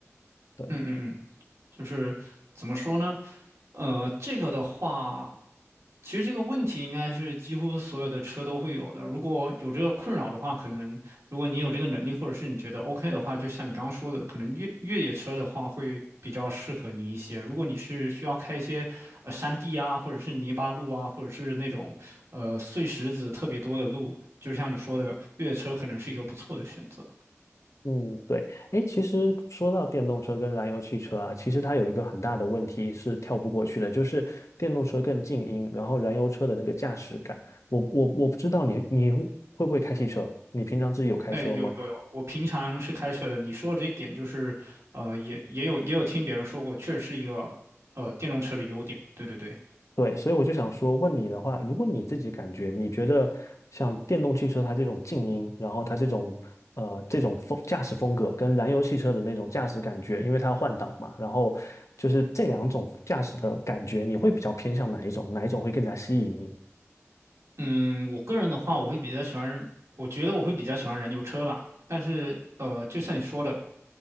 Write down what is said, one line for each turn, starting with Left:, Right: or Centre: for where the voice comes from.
Left: 对。
Right: 嗯嗯嗯，就是怎么说呢？呃，这个的话。其实这个问题应该是几乎所有的车都会有的。如果有这个困扰的话，可能如果你有这个能力，或者是你觉得 OK 的话，就像你刚刚说的，可能越越野车的话会比较适合你一些。如果你是需要开一些呃山地啊，或者是泥巴路啊，或者是那种呃碎石子特别多的路，就像你说的，越野车可能是一个不错的选择。
Left: 嗯，对，哎，其实说到电动车跟燃油汽车啊，其实它有一个很大的问题是跳不过去的，就是电动车更静音，然后燃油车的那个驾驶感。我我我不知道你你会不会开汽车，你平常自己有开车吗？
Right: 哎，有有有，我平常是开车的。你说的这一点就是，呃，也也有也有听别人说过，确实是一个呃电动车的优点。对对对。
Left: 对，所以我就想说，问你的话，如果你自己感觉，你觉得像电动汽车它这种静音，然后它这种呃这种风驾驶风格，跟燃油汽车的那种驾驶感觉，因为它要换挡嘛，然后就是这两种驾驶的感觉，你会比较偏向哪一种？哪一种会更加吸引你？
Right: 嗯，我个人的话，我会比较喜欢，我觉得我会比较喜欢燃油车吧。但是，呃，就像你说的，